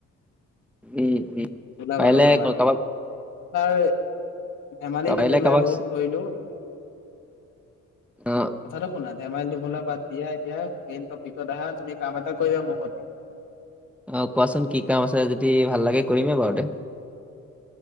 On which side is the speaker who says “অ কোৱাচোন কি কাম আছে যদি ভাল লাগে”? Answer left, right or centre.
Centre